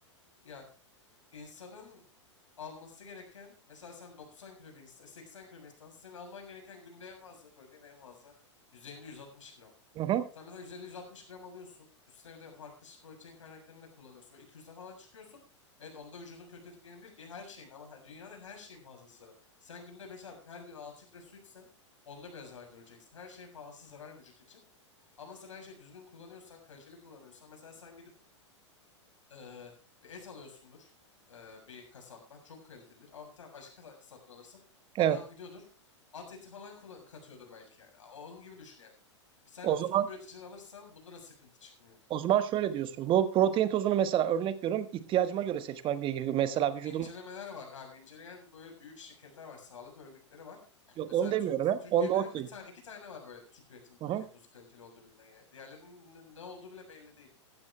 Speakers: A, on the left; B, on the right.
A: Ya insanın alması gereken mesela sen 90 kilo bir insan, 80 kilo bir insansın. Senin alman gereken günde en fazla protein en fazla 150-160 gram.
B: Hı hı.
A: Sen mesela 150-160 gram alıyorsun. Üstüne bir de farklı ş- protein kaynaklarını da kullanıyorsun. Böyle 200'e falan çıkıyorsun. Evet onda vücudun kötü etkilenebilir. Ge- Her şeyin ama her- dünyanın her şeyin fazlası zarar. Sen günde mesela her gün 6 litre su içsen onda bile zarar göreceksin. Her şeyin fazlası zarar vücut için. Ama sen her şeyi düzgün kullanıyorsan, kaliteli kullanıyorsan mesela sen gidip eee, bir et alıyorsundur eee, bir kasaptan. Çok kalitelidir ama bir tane başka kasa- kasaptan alırsın.
B: Evet.
A: Adam gidiyordur. At eti falan kula- katıyordur belki yani. A- Onun gibi düşün yani. Sen
B: O
A: düzgün
B: zaman
A: bir üreticiden alırsan bunlara sıkıntı çıkmıyor.
B: O zaman şöyle diyorsun. Bu protein tozunu mesela örnek veriyorum. ihtiyacıma göre seçmem gerekiyor. Mesela vücudum
A: İncelemeler var abi. İnceleyen böyle büyük şirketler var. Sağlık örgütleri var.
B: yok
A: Mesela
B: onu demiyorum
A: tü- biz-
B: ya.
A: Türkiye'de
B: Onda okey.
A: bir tane iki tane var böyle Türk üretimi
B: Hı
A: protein
B: hı.
A: tozu kaliteli olduğu bilinen yani. Diğerlerinin ne ne olduğu bile belli değil.